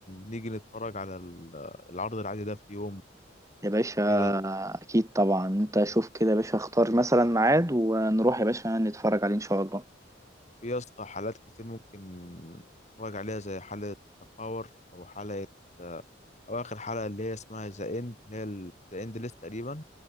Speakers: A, on the left (about 35°); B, on the right (about 15°).
A: نيجي نتفرج على ال- العرض العادي ده في يوم
B: يا باشا
A: كده
B: اكيد طبعا انت شوف كده يا باشا اختار مثلا ميعاد ونروح يا باشا نتفرج عليه ان شاء الله
A: في يا اسطى حالات كتير ممكن نراجع عليها زي حالة باور أو حالة آه، أو آخر حلقة اللي هي اسمها ذا إند اللي هي ذا إند ليست تقريبا